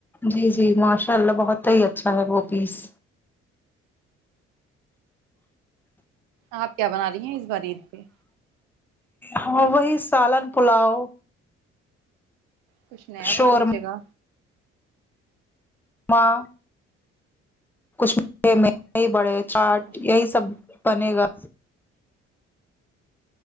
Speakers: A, in the centre; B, on the right (about 65°).
A: جی جی ماشاء اللہ بہت ہی اچھا ہے وہ پیس
B: آپ کیا بنا رہی ہیں اس بار عید پہ
A: ہاں وہی سالن پلاؤ
B: کچھ نیا
A: شورما
B: بنا لی جاںیگی
A: اں کچھ مھے میں یہی بڑے چاٹ
B: ماشاء
A: یہی
B: اللہ
A: سب پن گا